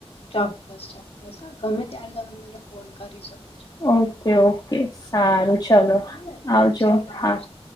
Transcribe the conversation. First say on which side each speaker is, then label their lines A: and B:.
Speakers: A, on the left (about 60°); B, on the left (about 40°).
A: ચોક્કસ, ચોક્કસ. હા, ગમે ત્યારે તમે મને ફોન કરી શકો છો.
B: Okay, okay. સારું, ચલો
A: હા ને
B: આવજો.
A: ચાલો
B: હા.
A: આવજો.